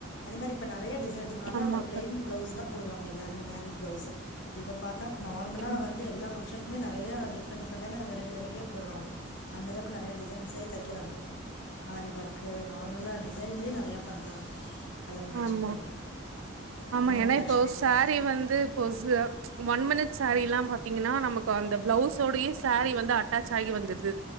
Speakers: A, on the left (about 55°); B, on the right (about 80°).
A: அதே மாரி இப்ப நெறயா டிைன்ஸ் முன்ன எல்லா
B: ஆமா
A: ஒரு பிளைன் பிளவுஸ்தா போடுவாங்க எல்லாரு மேரேஜ் பிளவுஸ் இப்ப பாத்தா நார்மலா
B: கரெக்ட்
A: வந்து எல்லா பங்க்ஷன் ம்மே நெறயா டிஃப்ரெண்ட் டிஃரெண்டான வெரைட்டி வெரைட்டியாக போடுறாங்க அந்தளவுக்கு நெறய டிசைன்ஸ்லயே தைக்கிறாங்க ஆரி ஒர்க்கு நார்மல டிசைன்லேயும் நெறையா பண்றாங்க கலர் மேட்சிங்
B: ஆமா
A: பண்ணி
B: ஆமா
A: நல்லா
B: ஏன்னா
A: அட்ராக்ஷனா
B: இப்போ
A: இருக்கு
B: சாரி வந்துப்போச ஒன் மின்ட் சேரீ எல்லா பாத்தீங்கன்னா நமக்கு அந்த பிளவுஸ்சோ டையே சாரீ வந்து அட்டாச் ஆகி வந்துருது